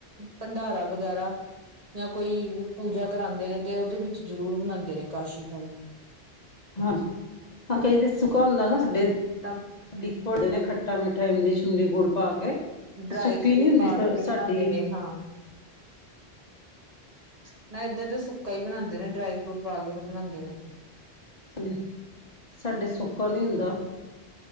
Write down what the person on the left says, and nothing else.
ਹਾਂਜੀ, ਹਾਂ ਕਈ 'ਤੇ ਸੁੱਕਾ ਹੁੰਦਾ ਨਾ, ਸਾਡੇ
ਲਿਕੁਇਡ ਹੁਂਦੇ ਨੇ ਖਟੇ - ਖੱਟਾ -ਮਿੱਠਾ, ਇਮਲੀ- ਸ਼ਿਮਲੀ, ਗੁੜ ਪਾ ਕੇ
ਸੁੱਕੀ
ਨੀ ਹੁੰਦੀ
ਸਾਡੀ।
ਹੂ, ਸਾਡੇ ਸੁੱਕਾ ਨੀ ਹੁੰਦਾ।